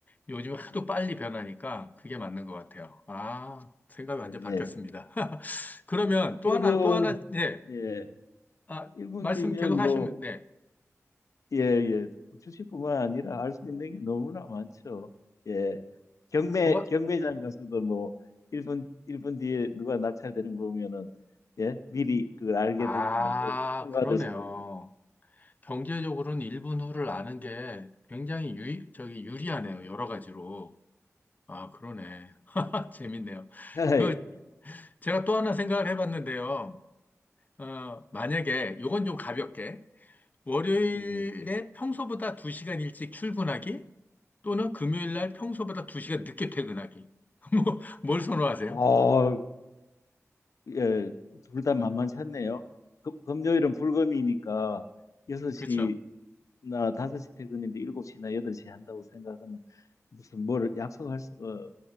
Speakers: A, on the left (about 30°); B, on the left (about 85°).
A: 요즘 하도
B: 네,
A: 빨리 변하니까 그게 맞는 것 같아요. 아, 생각이 완전
B: 네,
A: 바뀌었습니다.
B: 예.
A: <laughs> 그러면 또
B: 1분,
A: 하나, 또 하나, 네.
B: 예,
A: 아,
B: 1분
A: 말씀
B: 뒤면
A: 계속
B: 뭐,
A: 하시면, 네.
B: 예, 예, 주식뿐만 아니라 알 수 있는 게 너무나 많죠. 예, 경매,
A: 뭐가,
B: 경매장 가서도 뭐, 1분, 일분 뒤에 누가 낙찰되는 거 보면은, 예, 미리 그걸 알게
A: 아,
B: 되면은 뭘 낙찰받을
A: 그러네요.
B: 수도 있고.
A: 경제적으로는 일본 후를 아는 게 굉장히 유리, 저기 유리하네요. 여러 가지로. 아, 그러네. <laughs> 재밌네요.
B: <laughs> 예,
A: 그, 제가 또 하나 생각을 해봤는데요. 어, 만약에, 요건 좀 가볍게, 월요일에
B: 예, 예.
A: 평소보다 2시간 일찍 출근하기, 또는 금요일날 평소보다 2시간 늦게 퇴근하기. <laughs> 뭐, 뭘 선호하세요?
B: 어, 예, 둘 다 만만치 않네요. 금, 금요일은 불금이니까 6시나
A: 그렇죠.
B: 5시 퇴근인데 7시나 8시 한다고 생각하면 무슨 뭘 약속할 수가